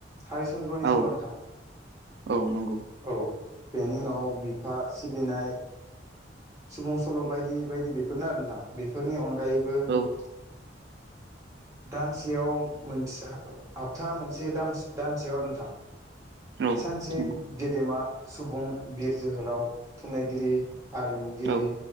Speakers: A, on the right; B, on the right.
A: हारि चन्द्रनि सल'
B: औ
A: नोंथां
B: औ नंगौ
A: औ बेनि उनाव बिफा सिबिनाय सुबुं सल' बायदि बायदि बेफोरनो आरो नोंथां। बेफोरनि अनगायैबो
B: औ
A: <inaudible> दानसेयाव मोनसे हाबथा मोनसे दानसे दानसेयाव आरो नोंथां।
B: नंगौ
A: सानसे गेदेमा सुबुं बिर जोहोलाव थुनलाइगिरि आरिमुगिरि
B: औ